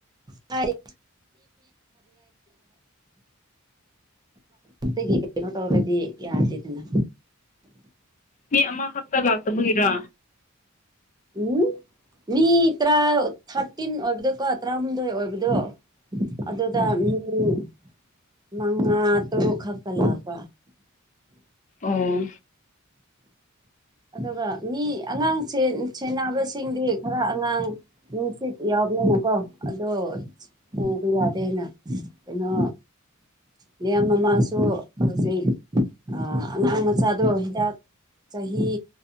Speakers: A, on the right; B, on the left.
A: ꯅꯍꯔ ꯒꯤ ꯀꯩꯅꯣ ꯇꯧꯔꯒꯗꯤ ꯌꯥꯗꯦꯗꯅ
B: ꯃꯤ ꯑꯃ ꯍꯛꯇ ꯂꯥꯛꯇꯕꯒꯤꯔꯥ
A: ꯎꯝ ꯃꯤ ꯇꯔꯥ ꯊꯥꯔꯇꯤꯟ ꯑꯣꯏꯕꯗꯣꯀꯣ ꯇꯔꯥꯍꯨꯝꯗꯣꯏ ꯑꯣꯏꯕꯗꯣ ꯑꯗꯨꯗ ꯎꯝ ꯃꯉꯥ ꯇꯔꯨꯛ ꯈꯛꯇ ꯂꯥꯛꯄ
B: ꯑꯣ
A: ꯑꯗꯨꯒ ꯃꯤ ꯑꯉꯥꯡ ꯁꯦꯟꯅꯕꯁꯤꯡꯗꯤ ꯈꯔ ꯑꯉꯥꯡ ꯅꯨꯡꯁꯤꯠ ꯌꯥꯎꯕ ꯀꯣ ꯑꯗꯣ ꯍꯕ ꯌꯥꯗꯦꯅ ꯀꯩꯅꯣ ꯃꯤꯌꯥꯝꯁꯨ ꯍꯧꯖꯤꯛ ꯑꯉꯥꯡ ꯃꯆꯥꯗꯣ ꯍꯤꯗꯥꯛ ꯆꯍꯤ